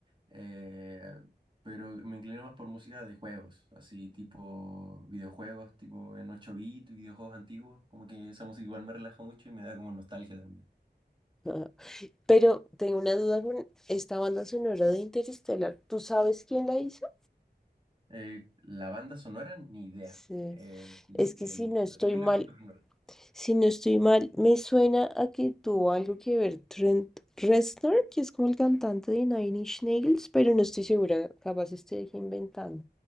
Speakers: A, on the right (about 25°); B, in the centre.
A: Eh, pero me inclino más por música de juegos, así tipo videojuegos, tipo en 8 bits, videojuegos antiguos. Como que esa música igual me relaja mucho y me da como nostalgia también.
B: <laughs> Pero tengo una duda con esta banda sonora de Interestelar. ¿Tú sabes quién la hizo?
A: Eh, la banda sonora, ni idea.
B: Sí.
A: Eh, el-
B: Es que
A: el-
B: si no estoy
A: la película
B: mal,
A: de Christopher Nolan.
B: Si no estoy mal, me suena a que tuvo algo que ver Trent Reznor, que es como el cantante de Nine Inch Nails, pero no estoy segura, capaz estoy inventando.